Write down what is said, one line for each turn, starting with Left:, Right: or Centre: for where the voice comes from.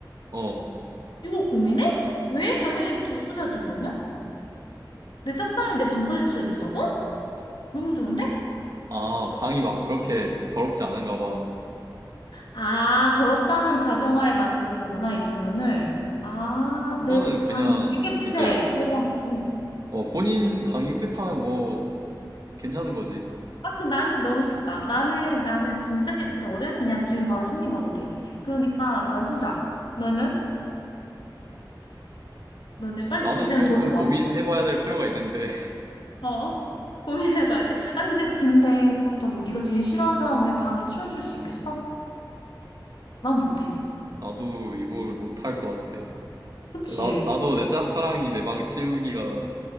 Right: 어.
Left: 이거 고민해? 왜? 당연히 두 후자지 그러면? 내 짝사랑이 내 방까지 치워준다고? 너무 좋은데?
Right: 아, 방이 막 그렇게 더럽지 않은가 봐.
Left: 아, 더럽다는 가정하에 만드는 거구나, 이 질문을. 아,
Right: 그거는
Left: 내
Right: 그냥
Left: 방 되게 깨끗해.
Right: 이제
Left: 내 방. 어.
Right: 어, 본인 방이 깨끗하면 뭐 괜찮은 거지.
Left: 아, 그 나한테 너무 쉽다. 나는, 나는 진짜 깨끗하거든? 그냥 지금 바로 손님 와도 돼. 그러니까 난 후자. 너는? 너는 빨리
Right: 나는
Left: 주변
Right: 조금
Left: 돌아봐.
Right: 고민해봐야 될 필요가 있는데, <laughs>
Left: 어? 고민해봐야 돼. 아니, 근데, 근데 그렇다고 네가 제일 싫어하는 사람의 방을 치워줄 수 있겠어? 난 못해.
Right: 나도 이걸 못할 것 같아.
Left: 그치?
Right: 나, 나도 내 짝사랑이 내 방 치우기가